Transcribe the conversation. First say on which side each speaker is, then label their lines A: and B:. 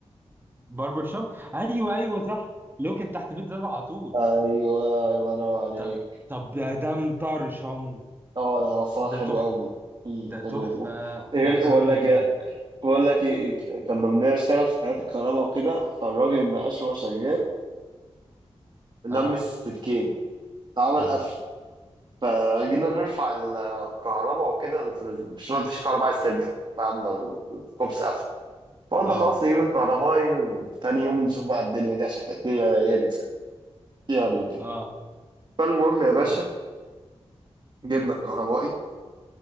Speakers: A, on the right; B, on the right.
A: باربر شوب ايوه ايوه صح اللي هو كان تحت بيت زاد على طول
B: ايوه الله ينور عليك
A: طب طب ده ده مطرشم
B: اه ده هو صراحة
A: ده
B: حلو
A: تحفة
B: قوي مم،
A: ده تحفة
B: حلو
A: ومكانه
B: غير بقول
A: حلو
B: لك
A: جدا
B: إيه- بقول لك ايه كان لما اشتغل في حياة الكهرباء وكده فالراجل النقاش وهو شغال لم
A: اه
B: السلكين عمل
A: يا نهار
B: قفل
A: اسود
B: فجينا نرفع الكهرباء وكده مش مفيش كهرباء عايز ترجع بعد ما الكوبس قفل فقلنا
A: اه
B: خلاص نجيب الكهربائي وتاني يوم نشوف بقى الدنيا دي عشان كانت الدنيا ليلت يعني يعني وكده
A: اه
B: فالمهم يا باشا
A: اه
B: جبنا الكهربائي